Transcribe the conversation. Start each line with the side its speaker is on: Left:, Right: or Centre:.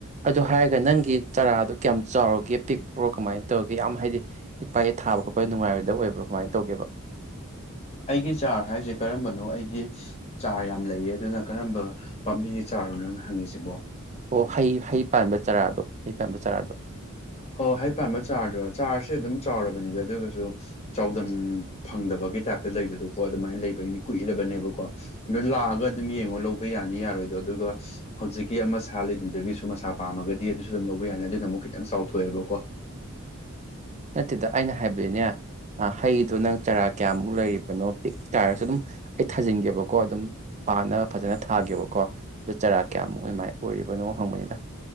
Right: ꯑꯗꯨꯗ ꯍꯥꯏꯔꯒ ꯅꯪꯒꯤ ꯆꯔꯥꯗꯣ ꯀꯌꯥꯝ ꯆꯥꯎꯔꯒꯦ ꯄꯤꯛꯄ꯭ꯔꯣ ꯀꯃꯥꯏꯅ ꯇꯧꯒꯦ ꯌꯥꯝ ꯍꯥꯏꯗꯤ ꯄꯛ ꯄꯥꯏꯑ ꯊꯕ ꯈꯣꯠꯄ ꯉꯥꯏꯔꯣꯏꯕ ꯑꯣꯏꯕ꯭ꯔꯣ ꯀꯃꯥꯏꯅ ꯇꯧꯦꯕ
Left: ꯑꯩꯒꯤ ꯆꯥꯔ ꯍꯥꯏꯁꯦ ꯀꯔꯝꯕꯅꯣ ꯑꯩꯗꯤ ꯆꯥꯔ ꯌꯥꯝ ꯂꯩꯌꯦ ꯑꯗꯨꯅ ꯀꯔꯝꯕ ꯄꯥꯝꯕꯤꯒꯤ ꯆꯥꯔꯅꯣ ꯅꯪꯅ ꯍꯪꯉꯤꯁꯤꯕꯣ
Right: ꯑꯣ ꯍꯩ ꯍꯩ ꯄꯥꯟꯕ ꯆꯔꯥꯗꯣ ꯍꯩ ꯄꯥꯟꯕ ꯆꯔꯥꯗꯣ
Left: ꯑꯣ ꯍꯥꯏ ꯄꯥꯝꯕ ꯆꯥꯔꯖꯗꯣ ꯆꯥꯔꯖꯁꯦ ꯑꯗꯨꯝ ꯆꯥꯎꯔꯕꯅꯤꯗ ꯑꯗꯨꯒꯁꯨ ꯆꯗꯝ ꯐꯪꯗꯕꯒꯤ ꯇꯥꯏꯞꯇ ꯂꯩꯕꯗꯨꯣꯀꯣ ꯑꯗꯨꯃꯥꯏꯅ ꯂꯩꯕꯒꯤꯅꯤ ꯀꯨꯏꯔꯕꯅꯦꯕꯀꯣ ꯑꯗꯨ ꯂꯥꯛꯑꯒ ꯑꯗꯨꯝ ꯌꯦꯡꯉꯣ ꯂꯧꯕ ꯌꯥꯅꯤ ꯌꯥꯔꯣꯏꯗꯣ ꯑꯗꯨꯒ ꯍꯧꯖꯤꯛꯀꯤ ꯑꯃ ꯁꯥ ꯂꯩꯗꯨꯗꯒꯤꯁꯨ ꯃꯁꯥ ꯄꯥꯝꯃꯒꯗꯤ ꯑꯗꯨꯁꯨ ꯑꯗꯨꯝ ꯂꯧꯕ ꯌꯥꯅꯤ ꯑꯗꯨꯅ ꯑꯃꯨꯛ ꯈꯤꯇꯪ ꯆꯥꯎꯊꯣꯛꯑꯦꯕꯀꯣ
Right: ꯅꯠꯇꯦꯗ ꯑꯩꯅ ꯍꯥꯏꯕꯗꯤꯅꯦ ꯍꯩꯗꯣ ꯅꯪ ꯆꯔꯥ ꯀꯌꯥꯃꯨꯛ ꯂꯩꯔꯤꯕꯅꯣ ꯄꯤꯛ ꯇꯥꯔꯁꯨ ꯑꯗꯨꯝ ꯑꯩ ꯊꯥꯖꯤꯟꯒꯦꯕꯀꯣ ꯑꯗꯨꯝ ꯄꯥꯛꯅ ꯐꯖꯥꯅ ꯊꯥꯒꯦꯕꯀꯣ ꯑꯗꫭ ꯆꯔꯥ ꯀꯌꯥꯃꯨꯛ ꯑꯗꯨꯃꯥꯏꯅ ꯑꯣꯏꯔꯤꯕꯅꯣ ꯍꯪꯕꯅꯤꯗ